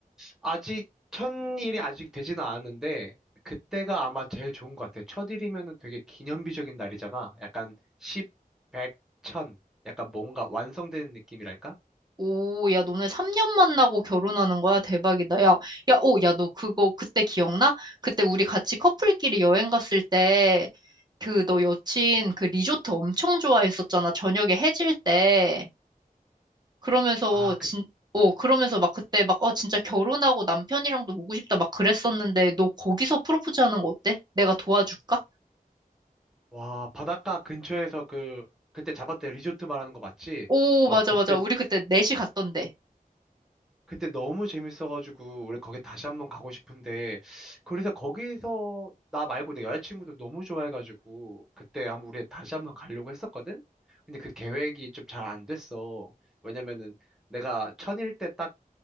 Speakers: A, in the centre; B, on the right (about 30°).
A: 아직 첫일이 아직 되지는 않았는데 그때가 아마 제일 좋은 것 같아. 첫일이면은 되게 기념비적인 날이잖아. 약간 10, 100, 1000 약간 뭔가 완성되는 느낌이랄까?
B: 오, 야, 너네 3년 만나고 결혼하는 거야? 대박이다. 야, 야, 오, 야, 너 그거 그때 기억나? 그때 우리 같이 커플끼리 여행 갔을 때 그 너 여친 그 리조트 엄청 좋아했었잖아. 저녁에 해질 때. 그러면서
A: 아, 그,
B: 진 어, 그러면서 막 그때 막, 어, 진짜 결혼하고 남편이랑도 오고 싶다 막 그랬었는데, 너 거기서 프로포즈 하는 거 어때? 내가 도와줄까?
A: 와, 바닷가 근처에서 그 그때 잡았던 리조트 말하는 거 맞지?
B: 오,
A: 와,
B: 맞아,
A: 그때
B: 맞아. 우리 그때 넷이 갔던데.
A: 그때 너무 재밌어가지고 우리 거기 다시 한번 가고 싶은데 그래서 거기서 나 말고 내 여자친구도 너무 좋아해가지고 그때 한번 우리 다시 한번 가려고 했었거든? 근데 그 계획이 좀 잘 안 됐어. 왜냐면은 내가 천일 때딱